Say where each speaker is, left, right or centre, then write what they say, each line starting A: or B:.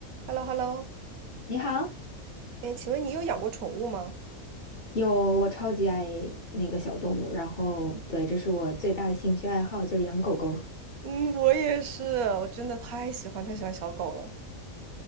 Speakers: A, on the right; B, on the left.
A: h e l l o h e l l o
B: 你好，
A: 哎，请问你有养过宠物吗？
B: 有，我超级爱那个小动物，然后对，这是我最大的兴趣爱好，就是养狗狗。
A: 嗯，我也是，我真的太喜欢太喜欢小狗了。